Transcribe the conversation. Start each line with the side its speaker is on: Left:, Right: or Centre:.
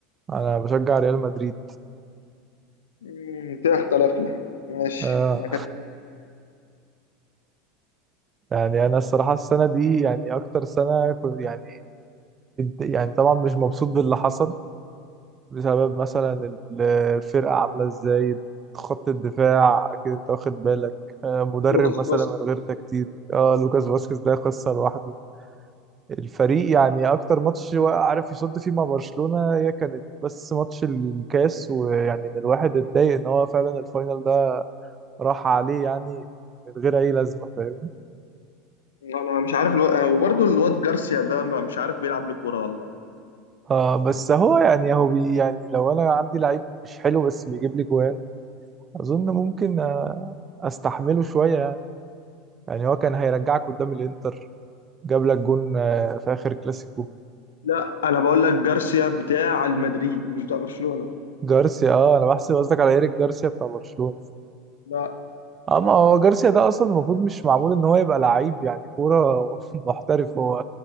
Right: انا بشجع ريال مدريد
Left: مم، كده اختلفنا ماشي
Right: آه.
Left: انا كنت
Right: يعني انا الصراحه السنه دي يعني اكتر سنه كنت يعني يعني طبعا مش مبسوط باللي حصل بسبب مثلا ال- الفرقه عامله ازاي خط الدفاع اكيد انت واخد بالك آه، مدرب
Left: لوكاس
Right: مثلا
Left: باسكت
Right: من غير تكتيك اه لوكاس فاسكيز ده قصه لوحده الفريق يعني اكتر ماتش وقع- عارف يصد فيه مع برشلونه هي كانت بس ماتش الكاس ويعني ان الواحد اتضايق ان هو فعلا الفاينل ده راح عليه يعني من غير اي لازمه فاهم
Left: انا مش عارف الو... أنا- وبرضه الواد جارسيا ده ما- مش عارف بيلعب لكوره والله
Right: اه بس هو يعني هو بي يعني لو انا عندي لعيب مش حلو بس بيجيب لي جوان اظن ممكن آه، استحمله شويه يعني يعني هو كان هيرجعك قدام الانتر جاب لك جون آه، في اخر كلاسيكو
Left: لا انا بقول لك جارسيا بتاع المدريد مش بتاع برشلونه
Right: جارسيا اه انا بحسب قصدك على ايريك جارسيا بتاع برشلونه
Left: لا
Right: اه ما هو جارسيا ده اصلا المفروض مش معمول ان هو يبقى لعيب يعني كوره <laughs> محترف هو